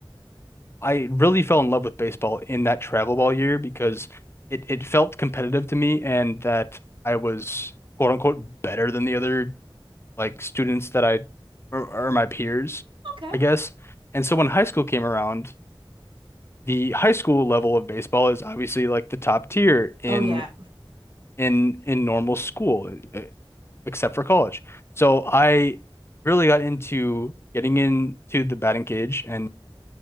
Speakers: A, on the left; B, on the right.
A: I really fell in love with baseball in that travel ball year because it it felt competitive to me and that I was quote unquote better than the other like students that I or, or my peers,
B: Okay.
A: I guess. And so when high school came around, the high school level of baseball is obviously like the top tier in
B: Oh, yeah.
A: in in normal school, eh, except for college. So I really got into getting into the batting cage and